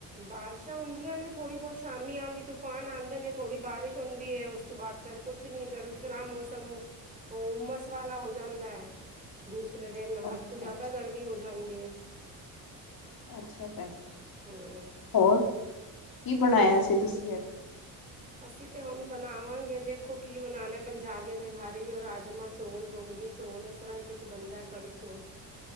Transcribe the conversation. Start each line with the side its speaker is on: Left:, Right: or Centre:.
Right: ਬਾਰਿਸ਼ਾਂ ਹੁੰਦੀਆਂ ਨੇ। ਥੜੀ ਬਹੁਤ ਸ਼ਾਮੀ ਆਉਂਦੀ ਤੂਫਾਨ ਆਂਦੇ ਨੇ ਥੋੜੀ ਬਾਰਿਸ਼ ਹੁੰਦੀ ਐ। ਉਸ ਉਸ ਤੋਂ ਬਾਅਦ ਫਿਰ ਕੁਛ ਨੀ ਫਿਰ ਉਸਰਾ ਮੌਸਮ ਹੁਮਸ ਵਾਲਾ ਹੋ ਜਾਂਦਾ ਐ। ਦੂਸਰੇ ਦਿਨ
Left: ਅੱਛਾ-ਅੱਛਾ।
Right: ਹੱਦ ਤੋਂ ਜ਼ਿਆਦਾ
Left: ਅੱਛਾ
Right: ਗਰਮੀ ਹੋ ਜਾਂਦੀ ਐ।
Left: ਅੱਛਾ ਭੈਣ ਜੀ।
Right: ਹੂੰ
Left: ਹੋਰ ਕੀ ਬਣਾਇਆ
Right: ਹੋਰ ਸਭ
Left: ਸੀ
Right: ਵਧੀਆ
Left: ਤੁਸੀਂ ਅੱਜ? <unintelligible>
Right: ਅਸੀਂ ਤੇ ਹੁਣ ਬਣਾਵਾਂਗੇ ਦੇਖੋ ਕੀ ਬਣਾਉਣਾ ਪੰਜਾਬੀਆਂ ਦੇ ਘਰ ਹੀ ਉਹ ਰਾਜਮਾ ਚੌਲ ਰੌਗੀ, ਚੌਲ ਇਸ ਤਰ੍ਹਾਂ ਹੀ ਕੁਛ ਬਣਦਾ ਹੈ ਕੜ੍ਹੀ ਚੌਲ।